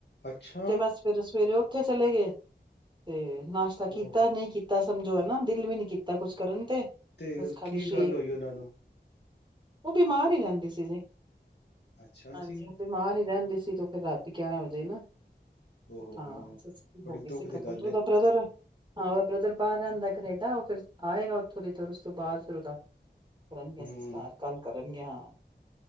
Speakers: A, on the left (about 70°); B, on the right (about 25°).
A: ਅੱਛਾ
B: ਤੇ ਬਸ ਫੇਰ ਸਵੇਰੇ ਉਥੇ ਚਲੇ ਗਏ। ਤੇ ਨਾਸ਼ਤਾ
A: ਉਹ
B: ਕੀਤਾ ਨਹੀਂ ਕੀਤਾ। ਸਮਝੋ ਹੈ ਨਾ ਦਿਲ ਵੀ ਨੀ ਕੀਤਾ ਕੁਛ ਕਰਨ ਤੇ
A: ਤੇ
B: ਬਸ
A: ਹੋਰ
B: ਖਾਲੀ
A: ਕੀ
B: ਸ਼ੇਕ
A: ਗੱਲ ਹੋਈ ਉਹਨਾਂ ਨੂੰ
B: ਉਹ ਬਿਮਾਰ ਹੀ ਰਹਿੰਦੇ ਸੀ, ਜੀ।
A: ਅੱਛਾ
B: ਹਾਂਜੀ
A: ਜੀ
B: ਤੇ ਬਿਮਾਰ ਹੀ ਰਹਿੰਦਾ। ਸੀ ਤੇ ਫਿਰ ਰਾਤੀ ਗਿਆਰਾਂ ਵਜੇ ਨਾ
A: ਹੋ ਹੋ
B: ਹਾਂ
A: ਹੋ
B: ਸਸ
A: ਬੜੀ
B: ਹੋ ਗਈ ਸੀ
A: ਦੁੱਖ ਦੀ
B: ਖਤਮ
A: ਗੱਲ
B: ਤੇ ਉਹਦਾ
A: ਹੈ
B: ਬ੍ਰਦਰ ਹਾਂ, ਉਹਦਾ ਬ੍ਰਦਰ ਬਾਹਰ ਰਹਿੰਦਾ ਕਨੇਡਾ ਉਹ ਫਿਰ ਆਏਗਾ ਉੱਥੋਂ ਦੀ ਫਿਰ ਉਸ ਤੋਂ ਬਾਅਦ ਫਿਰ ਉਹਦਾ ਕਰਨਗੇ
A: ਹਮ
B: ਸਸਕਾਰ ਕੱਲ ਕਰਨਗੇ ਹਾਂ।